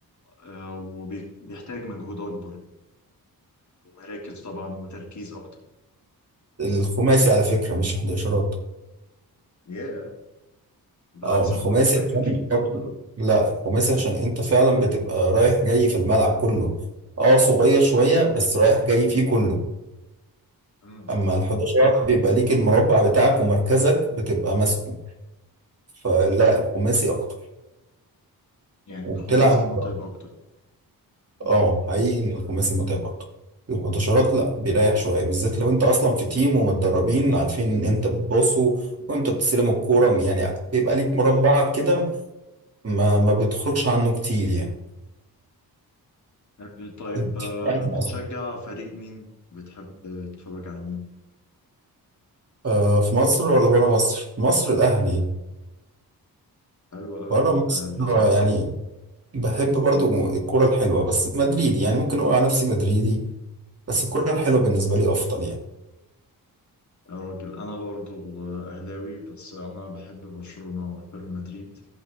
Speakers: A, on the left (about 50°); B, on the right (about 40°).
A: آه، وبيحتاج مجهود اكبر ومراكز طبعا وتركيز اكتر
B: الخماسي على فكرة مش 11
A: ياه ده
B: اه
A: عكس
B: الخماسي
A: ما كنت فاكر
B: عشان لا الخماسي عشان انت فعلا بتبقى رايح جاي في الملعب كله اه صغير شوية بس رايح جاي فيه كله
A: امم
B: اما ال 11 بيبقى ليك المربع بتاعك ومركزك بتبقى ماسكه فلا الخماسي اكتر
A: يعني
B: وبتلعب
A: الخماسي متعب أكتر مم.
B: اه حقيقي ان الخماسي متعب اكتر الحداشرات لا بيريح شويه بالذات لو انت اصلا في تيم ومتدربين عارفين امتى بتباصوا وامتى بتستلموا الكوره يعني بيبقى ليك مربعك كده ما ما بتخرجش عنه كتير يعني
A: آه، طيب
B: انت بتحب
A: آه،
B: عنه
A: بتشجع
B: اصلا
A: فريق مين وبتحب تتفرج على مين
B: آه في مصر ولا بره مصر؟ في مصر الاهلي
A: حلوة قوي
B: بره مصر
A: آه، للأسف
B: آه، يعني بحب برضو
A: مم.
B: الكوره الحلوه بس مدريدي يعني ممكن اقول على نفسي مدريدي بس الكوره الحلوه بالنسبه لي افضل يعني
A: يا راجل أنا برضو آه، أهلاوي بس أنا بحب برشلونة وأكتر من مدريد